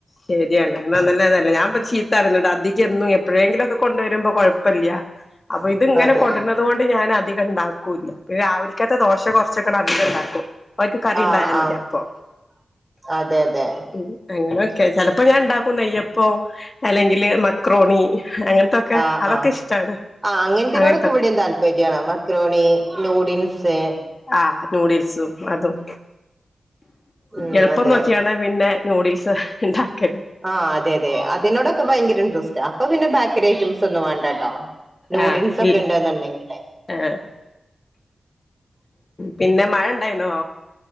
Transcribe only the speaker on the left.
ശരിയാണ് എന്ന നല്ലതല്ല ഞാൻ പക്ഷീ തരലട്ട് അധിക്കും എപ്പോഴെങ്കിലും ഒക്കെ കൊണ്ടുവരുമ്പോ കൊഴപ്പല്ല്യ അപ്പൊ ഇത് ഇങ്ങനെ
കൊണ്ടുവ ന്നൊണ്ട് ഞാൻ അധികം ഉണ്ടാക്കൂല പിന്നെ രാവിലകത്ത ദോശ കുറച്ചൊക്കെ അധികം ഉണ്ടാക്കും അവക്ക് കറിണ്ടായാ
മതി അപ്പോ.
ഉം. അങ്ങനെയൊക്കെ. ചെലപ്പോ ഞാൻ ഉണ്ടാക്കും നെയ്യപ്പോ അല്ലെങ്കില് മക്രോണി അങ്ങനെ പ്പൊക്കെ
അതൊക്കെ
ഇഷ്ടാണ്.
അങ്ങനത്തൊക്കെ
ആഹ് നൂഡിൽസും അതും.
എളുപ്പം
നോക്കിയാണ് പിന്നെ നൂഡിൽസ് ഇണ്ടാക്കൽ
ആഹ്
ഇട്
ആഹ് പിന്ന മഴണ്ടായിന്നോ